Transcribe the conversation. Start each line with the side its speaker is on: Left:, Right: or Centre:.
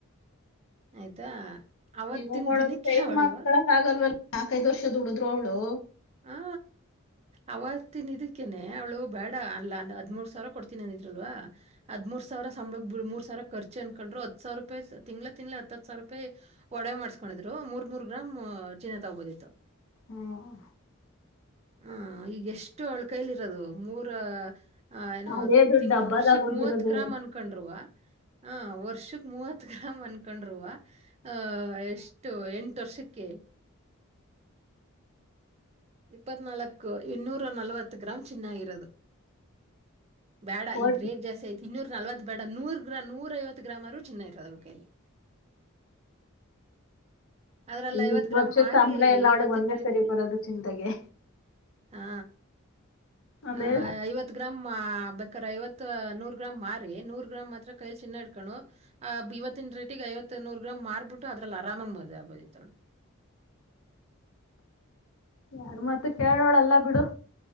Right: ಆಯ್ತಾ. ಅವತ್ತಿನ
Left: ಇವುಗೋಳು
Right: ದಿನಕ್ಕೆ
Left: ಚೇಂಜ್
Right: ಅವಳು
Left: ಮಾಡ್ತಳಕ್ ಆಗಲ್ವಲ್ಲ. ನಾಕೈದ್ ವರ್ಷದ ದುಡುದ್ರು ಅವಳು.
Right: ಹಾ ಅವತ್ತಿನಿದ್ಕ್. ಅಕ್ಕೇನೆ ಅವಳು ಬೇಡ ಅಲ್ಲ ಅದ್ಮುಂರ್ ಸಾವಿರ. ಕೊಡ್ತೀನಿ ಅಂದಿದ್ರಲ್ವ ಹದ್ಮೂರ್ ಸಾವಿರ ಸಂಬಳ ಬಿ ಮೂರ್ ಸಾವಿರ ಖರ್ಚು ಅನ್ಕೊಂಡ್ರು ಹತ್ ಸಾವಿರ ರೂಪಾಯಿ ತಿಂಗಳ ತಿಂಳ ಹತ್ ಸಾವರ ರೂಪಾಯಿ ಒಡೆವೆ ಮಾಡಸ್ಕೊಂಡಿದ್ರು ಮೂರ್ ಮೂರ್ ಗ್ರಾಮ್ ಚೀನಾ ತಗೋದಿತ್ತು.
Left: ಹ್ಮ.
Right: ಹ ಈಗ ಎಷ್ಟು ಅವಳ್ ಕೈಲಿ ಇರೋದು ಮೂರ. ಆ ಏನೋ
Left: ಅದೇ ದುಡ್ಡು
Right: ತಿಂಗ್ಳ
Left: ಡಬ್ಬಲ್
Right: ವರ್ಷಕ್
Left: ಆಗಿ ಹೋಗಿರೋದು
Right: ಮೂವತ್ ಗ್ರಾಮ್ ಅನ್ಕೊಂಡ್ರುರುವ. ಹಾ ವರ್ಷಕ್ಕೆ ಮೂವತ್ತು ಗ್ರ್ ಅನ್ಕೊಂಡ್ರುರುವ. ಹ ಎಷ್ಟು ಎಂಟು ವರ್ಷಕ್ಕೆ. ಇಪ್ಪತ್ ನಲ್ಕು ಇನ್ನೂರ ನಲ್ವತ್ ಗ್ರಾಮ್ ಚಿನ್ನ. ಯದು. ಬೇಡ
Left: ಕೋಟ್
Right: ಈಗ ಗ ರೇಟ್ ಜಾಸತ್ತಿ ಐತಿ. ಇನ್ನೂರ ನಲ್ವತ್ ಬೇಡ ನೂರ್ ಗ್ರಾಮ ನೂರ ಐವತ್ತು ಗ್ರಾಮರು ಚನ್ನ ಇರೋದವಳ ಕೈಲ್ಲಿ. ಅದ್ರಲ್ಲಿ
Left: ಈಗ
Right: ಐವತ್
Left: ಇಷ್ಟ್
Right: ಗ್ರಾಮ್
Left: ವರ್ಷದ
Right: ಮಾರಿ
Left: ಸಂಬಳ ಎಲ್ಲ ಅವಳಿಗೆ
Right: ಇವತ್ತಿನ
Left: ಒಂದೇ
Right: ರೇಟಿಗೆ
Left: ಸರಿ ಬರೋದು ಚಿಂತೆಗೆ.
Right: ಹಾ.
Left: ಅದೇ
Right: ಅ ಐವತ್ ಗ್ರಾಮ್ ಬೇಕ್ರ ಐವತ್ ನೂರ್ ಗ್ರಾಮ್ ಮಾರಿ ನೂರ್ ಗ್ರಾಮ್ ಮಾತ್ರ ಕೈಲಿ ಚಿನ್ನ ಹಿಡ್ಕಣು. ಆ ಇವತ್ತಿನ ರೇಟಿಗೆ ಐವತ್ತ ನೂರು ಗ್ರಾಮ್ ಮಾರ್ಬಿಟ್ಟು ಅದ್ರಲ್ಲಿ ಆರಾಮಗ್ ಮದ್ವೆ ಆಗಬೋದಿತ್ ಅವ್ಳು.
Left: ಯಾರ್ ಮಾತು ಕೇಳೋಳಲ್ಲ ಬಿಡು.